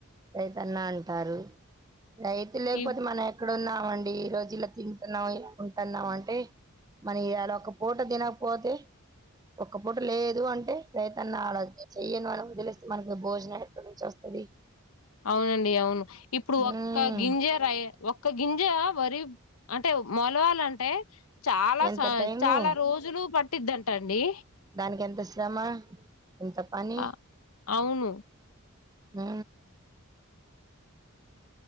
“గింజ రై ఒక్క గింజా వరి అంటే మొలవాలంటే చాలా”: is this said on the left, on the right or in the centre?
Left